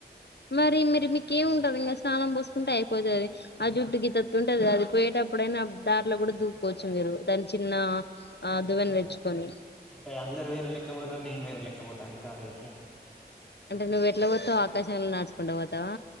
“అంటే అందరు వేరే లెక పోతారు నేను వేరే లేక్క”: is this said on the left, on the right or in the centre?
Centre